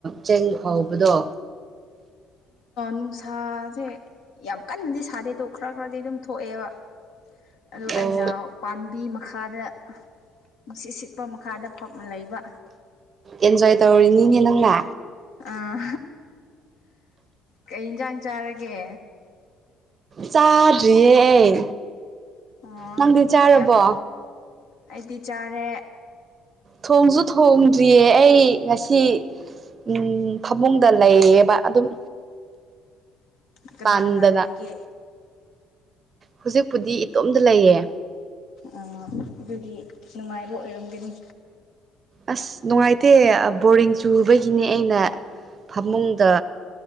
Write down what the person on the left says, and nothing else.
ꯅꯨꯡꯁꯥꯁꯦ ꯌꯥꯝ ꯀꯟꯅꯗꯤ ꯁꯥꯗꯦꯗꯣ ꯈꯔ ꯈꯔꯗꯤ ꯑꯗꯨꯝ ꯊꯣꯛꯑꯦꯕ ꯑꯗꯨ
ꯑꯩꯅ ꯄꯥꯝꯕꯤ ꯃꯈ ꯃꯈꯥꯗ ꯅꯨꯡꯁꯤꯠ ꯁꯤꯠꯄ ꯃꯈꯥꯗ ꯐꯝꯅ ꯂꯩꯕ
ꯑꯥ ꯀꯩ ꯌꯦꯟꯁꯥꯡ ꯆꯥꯔꯒꯦ
ꯑꯣ
ꯌꯥꯝ ꯑꯩꯗꯤ ꯆꯥꯔꯦ
ꯎ ꯀꯅꯥ
ꯀꯅꯥ ꯂꯩꯒꯦ
ꯑꯣ ꯑꯗꯨꯒꯤ ꯅꯨꯡꯉꯥꯏꯕ ꯑꯣꯏꯔꯝꯒꯅꯤ